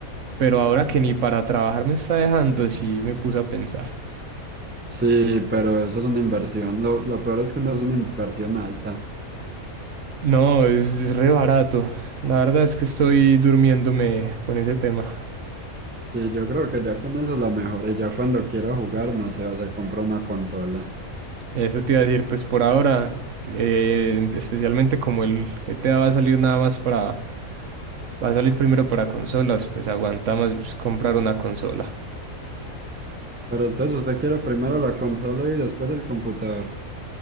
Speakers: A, on the right; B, on the right.
A: Pero ahora que ni para trabajar me está dejando, sí me puse a pensar.
B: Sí, pero eso es una inversión. Lo, lo peor es que no es una inversión alta.
A: No, es, es re barato. La verdad es que estoy durmiéndome con ese tema.
B: Sí, yo creo que ya con eso la mejoré. Ya cuando quiera jugar, no sé, o se compra una consola.
A: Eso te iba a decir, pues por ahora, eh, especialmente como el GTA va a salir nada más para... Va a salir primero para consolas, pues aguanta más pues, comprar una consola.
B: Pero entonces usted quiere primero la consola y después el computador.